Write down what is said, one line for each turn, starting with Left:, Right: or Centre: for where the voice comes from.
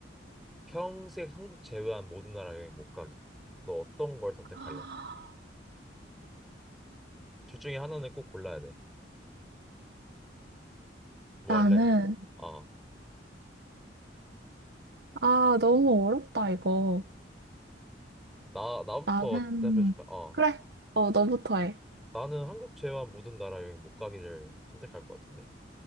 Centre: 평생 한국 제외한 모든 나라 여행 못 가기. 너 어떤 걸 선택할래?
Right: <gasps>
Centre: 둘 중에 하나는 꼭 골라야 돼. 뭐
Right: 나는,
Centre: 할래? 어,
Right: 아, 너무 어렵다, 이거.
Centre: 나 나부터
Right: 나는,
Centre: 대답해 줄까? 어,
Right: 그래, 어, 너부터 해.
Centre: 나는 한국 제외한 모든 나라 여행 못 가기를 선택할 것 같은데.